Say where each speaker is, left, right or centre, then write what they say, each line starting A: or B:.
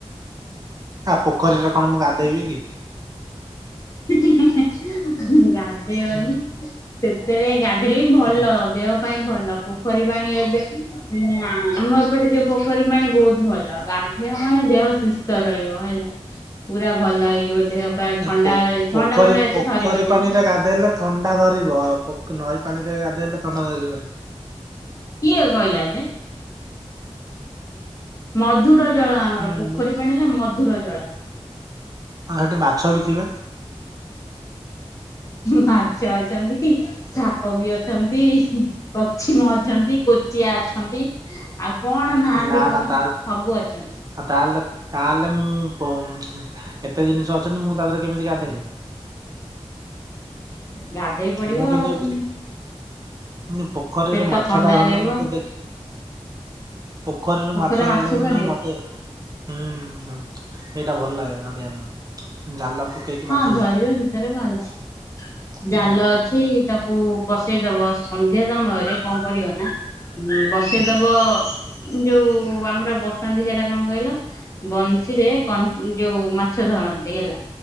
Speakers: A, on the right; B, on the left.
A: ଆଉ ପୋଖରୀରେ କଣ ମୁଁ ଗାଧେଇବି କି?
B: ହିଁ ହି ହିଁ ହିଁ ହିଁ। ଗାଧ୍ ଧେଇବନି।
A: ହୁଁ
B: ସେଥିରେ ଗଧେଇଲେ ବି ଭଲ।
A: ହୁଁ
B: ଦେହ ପାଇଁ ଭ ଲ। ପୋଖରୀ ପାଣି ଏବେକୁ ଆମ ଏପଟେ ଯୋଉ ପୋଖରୀ ପାଣି ବହୁତ ଭଲ, ଗାଧେଇବ ମାନେ ଦେହ ସୁସ୍ଥ ରହିବ। ହେଲା। ଲା ପୁରା ଭଲ ହେଇଯିବ। ଦେହ ପା
A: ନା
B: ଥଣ୍ଡା
A: ପୋ
B: ଥଣ୍ଡା
A: ପୋଖରୀ
B: ଫଣ୍ଡା ଏତେ
A: ପୋଖରୀ
B: ଧରିବନି
A: ପାଣି ରେ ଗାଧେଇଲେ ଥଣ୍ଡା ଧରିବ। ପ-ପକ୍ ନଈ ପାଣିରେ ଗାଧେଇଲେ ଥଣ୍ଡା ଧରିବନି।
B: କିଏ କହିଲା ଯେ? ମଧୁର ଜଳ ଆମର
A: ହୁଁ
B: ପୋଖରୀ
A: ମୁଁ
B: ପାଣି ହେଲା, ମଧୁର ଜଳ।
A: ଆଉ ହେଠି ମାଛ ବି ଥିବେ।
B: ମାଛ ଅଛନ୍ତି କି? ସାପ ପୋକ ବି ଅଛନ୍ତି, କଚ୍ଛିମ ଅଛନ୍ତି, କୋଚିଆ ଅଛନ୍ତି, ଆଉ କଣ ନାହାନ୍ତି
A: ନା
B: କହୁନା
A: ନା ତାଲ୍-
B: ସବୁ ଅଛନ୍ତି।
A: ତାହେଲେ -ତାହେଲେ ମୁଁ କଉମ ଏତେ ଜିନିଷ ଅଛନ୍ତି ମୁଁ ତା ଦେହରେ କେମିତି ଗାଧେଇବି?
B: ଗାଧେଇ ପଡିବ
A: ମୁଁ କିନ୍ତୁ
B: ଆଉ।
A: ଯିବି ପୋଖରୀରୁ
B: ପେଟ
A: ମାଛ
B: ଥଣ୍ଡା
A: ଟା ଧରିଲେ
B: ରହିବ।
A: ମତେ ଦେଖି ପୋଖରୀରୁ
B: ପୋଖରୀରେ
A: ମାଛ ଧରିଲା କିନ୍ତୁ
B: ଧରିବ
A: ମତେ ହୁଁ ଏଇଟା ଭଲ ଲାଗେ ଧରିବା ପାଇଁ ଜାଲ ପକେଇକି
B: ହଁ
A: ମାଛ
B: ଧରିବ ସେତିରେ କଅଁ ଅଛି
A: ହୁଁ
B: ଜାଲ ଅଛି ତାକୁ ବସ ସେଇଦବ ସନ୍ଧ୍ୟା ସମୟରେ କଣ କରିବ ନା ଉଁ ବସେଇଦବ
A: ହୁଁ
B: ଯୋଉ ଆମର ବସାନ୍ତି ସେଇଟା କଣ କଇଲ ବଂଶୀରେ କ ଯୋଉ ମାଛ ଧରନ୍ତି ହେଲା।